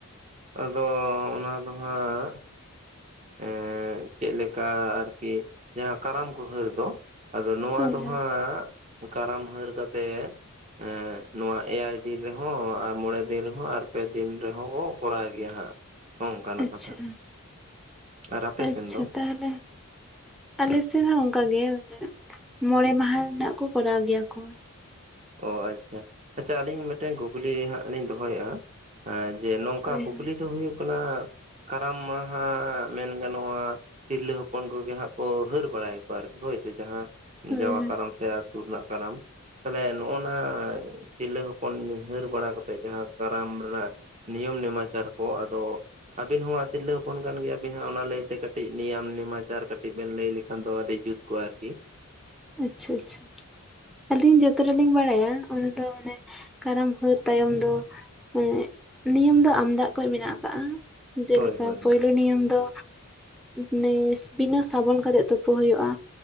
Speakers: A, on the right; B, in the centre.
A: ᱟᱫᱚ ᱚᱱᱟ ᱫᱚ ᱦᱟᱸᱜ ᱮᱻ ᱪᱮᱫ ᱞᱮᱠᱟ ᱟᱨᱠᱤ ᱡᱟᱦᱟ ᱠᱟᱨᱟᱢ ᱠᱚ ᱦᱟᱹᱨ ᱫᱚ ᱟᱫᱚ ᱱᱚᱣᱟ
B: ᱦᱳᱭ
A: ᱫᱚ
B: ᱦᱳᱭ
A: ᱦᱟᱸᱜ ᱠᱟᱨᱟᱢ ᱦᱟᱹᱨ ᱠᱟᱛᱮᱫ ᱮᱸ ᱱᱚᱣᱟ ᱮᱭᱟᱭ ᱫᱤᱱ ᱨᱮᱦᱚᱸ ᱟᱨ ᱢᱚᱬᱮ ᱫᱤᱱ ᱨᱮᱦᱚᱸ ᱟᱨ ᱯᱮ ᱫᱤᱱ ᱨᱮᱦᱚᱸ ᱠᱚ ᱠᱚᱨᱟᱣ ᱜᱮᱭᱟ ᱦᱟᱸᱜ ᱚᱝᱠᱟᱱᱟᱜ
B: ᱟᱪᱪᱷᱟ
A: ᱠᱟᱛᱷᱟ᱾ ᱟᱨ ᱟᱯᱮ
B: ᱟᱪᱪᱷᱟ
A: ᱥᱮᱱ ᱫᱚ
B: ᱛᱟᱦᱞᱮ᱾ ᱟᱞᱮ ᱥᱮᱜ ᱦᱚᱸ ᱚᱝᱠᱟ ᱜᱮ ᱢᱚᱬᱮ ᱢᱟᱦᱟ ᱨᱮᱱᱟᱜ ᱠᱚ ᱠᱚᱨᱟᱣ ᱜᱮᱭᱟ ᱠᱚ?
A: ᱚ ᱟᱪᱪᱷᱟ, ᱟᱪᱪᱷᱟ ᱟᱹᱞᱤᱧ ᱢᱤᱫᱴᱮᱱ ᱠᱩᱠᱞᱤ ᱦᱟᱸᱜ ᱞᱤᱧ ᱫᱚᱦᱚᱭᱮᱜᱼᱟ? ᱦᱮᱸ ᱡᱮ, ᱱᱚᱝᱠᱟ
B: ᱦᱳᱭ
A: ᱠᱩᱠᱞᱤ
B: ᱦᱳᱭ
A: ᱫᱚ ᱦᱩᱭᱩᱜ ᱠᱟᱱᱟ, ᱠᱟᱨᱟᱢ ᱢᱟᱦᱟᱜ ᱢᱮᱱ ᱜᱟᱱᱚᱜᱼᱟ ᱛᱤᱨᱞᱟᱹ ᱦᱚᱯᱚᱱ ᱠᱚᱜᱮ ᱦᱟᱸᱜ ᱠᱚ ᱦᱟᱹᱨ ᱵᱟᱲᱟᱭᱟ ᱠᱚ ᱟᱨᱠᱤ ᱦᱳᱭ ᱥᱮ ᱡᱟᱦᱟ
B: ᱦᱳᱭ
A: ᱡᱟᱣᱟ
B: ᱦᱳᱭ
A: ᱠᱟᱨᱟᱢ ᱥᱮ ᱟᱹᱛᱩ ᱨᱮᱱᱟᱜ ᱠᱟᱨᱟᱢ ᱛᱟᱦᱚᱞᱮ ᱱᱚᱜᱼᱚ ᱱᱟ ᱛᱤᱨᱞᱟᱹ ᱦᱚᱯᱚᱱ ᱦᱟᱹᱨ ᱵᱟᱲᱟ ᱠᱟᱛᱮ ᱡᱟᱦᱟᱸ ᱠᱟᱨᱟᱢ ᱨᱮᱱᱟᱜ ᱱᱤᱭᱚᱢ ᱱᱮᱢᱟᱪᱟᱨ ᱠᱚ ᱟᱫᱚ ᱟᱹᱵᱤᱱ ᱦᱚᱸ ᱛᱤᱨᱞᱟᱹ ᱦᱚᱯᱚᱱ ᱠᱟᱱ ᱜᱮᱭᱟᱵᱤᱱ ᱦᱟᱸᱜ ᱚᱱᱟ ᱞᱟᱹᱭ ᱛᱮ ᱠᱟᱹᱴᱤᱡ ᱱᱤᱭᱟᱢ ᱱᱮᱢᱟ ᱪᱟᱨ ᱠᱟᱹᱴᱤᱡ ᱵᱮᱱ ᱞᱟᱹᱭ ᱞᱮᱠᱷᱟᱱ ᱫᱚ ᱟᱹᱰᱤ ᱡᱩᱛᱼᱼ ᱠᱚᱣᱟ ᱟᱨᱠᱤ᱾
B: ᱟᱪᱪᱷᱟ ᱟᱪᱪᱷᱟ ᱟᱹᱞᱤᱧ ᱡᱚᱛᱚ ᱴᱟ ᱞᱤᱧ ᱵᱟᱲᱟᱭᱟ ᱚᱱᱟ ᱫᱚ ᱢᱟᱱᱮᱼᱼ ᱠᱟᱨᱟᱢ ᱦᱟᱹᱨ ᱛᱟᱭᱚᱢ ᱫᱚ, ᱮᱸ ᱱᱤᱭᱚᱢ ᱫᱚ ᱟᱢᱫᱟᱜ ᱠᱳᱡ ᱢᱮᱱᱟᱜ ᱟᱠᱟᱜ-ᱟ᱾ ᱡᱮᱞᱮᱠᱟ
A: ᱦᱳᱭ ᱦᱳᱭ
B: <unintelligible> <unintelligible> ᱱᱤᱭᱟᱢ ᱫᱚ, ᱢᱟᱱᱮ ᱵᱤᱱᱟᱹ ᱥᱟᱵᱚᱱ ᱠᱟᱛᱮᱜ ᱛᱳᱯᱳ ᱦᱳᱭᱳᱜᱼᱟ᱾